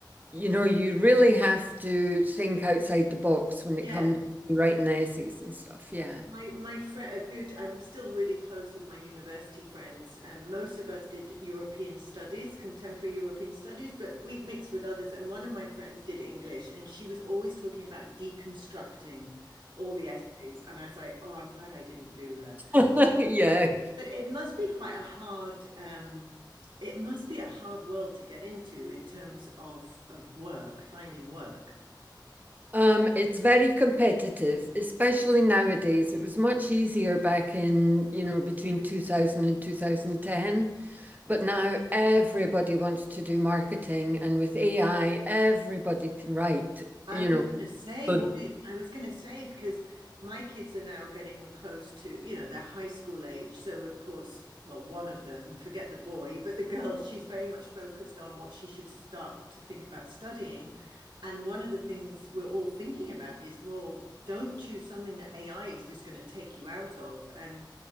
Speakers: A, on the right; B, on the right.
A: you know, you really have to think outside the box when
B: Yeah.
A: it comes to writing essays and stuff. Yeah.
B: My my friend, a good. I'm still really close with my university friends. Um, most of us did European studies, contemporary European studies, but we mixed with others. And one of my friends did English, and she was always talking about deconstructing all the essays. And I was like, oh, I'm glad I didn't do that.
A: <laughs> Yeah.
B: But it must be quite a hard. Um, it must be a hard world to get into in terms of of work, finding work.
A: Um, it's very competitive, especially nowadays. It was much easier back in, you know, between 2000 and 2010. but now everybody wants to do marketing, and with AI, everybody can write,
B: I
A: you
B: was
A: know.
B: going to say
A: Good.
B: what it, I was going to say because my kids are now getting close to, you know, they're high school age. So of course, well, one of them, forget the boy, but the <laughs> girl, she's very much focused on what she should start to think about studying. And one of the things we're all thinking about is, well, don't choose something that AI is just going to take you out of. And